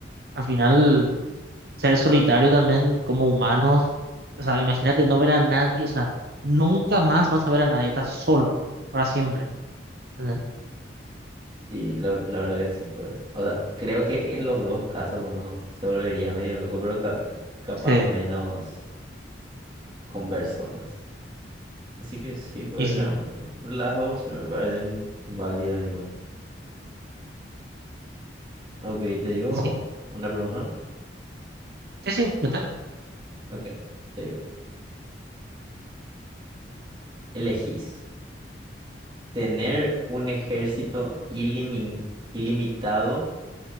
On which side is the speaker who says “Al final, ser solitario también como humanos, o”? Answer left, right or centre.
Right